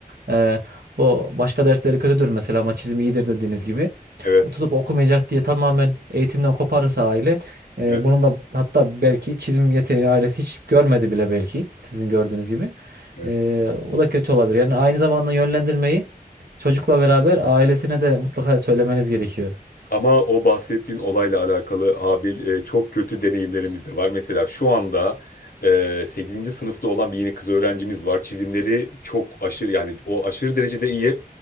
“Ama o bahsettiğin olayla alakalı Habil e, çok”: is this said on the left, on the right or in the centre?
Left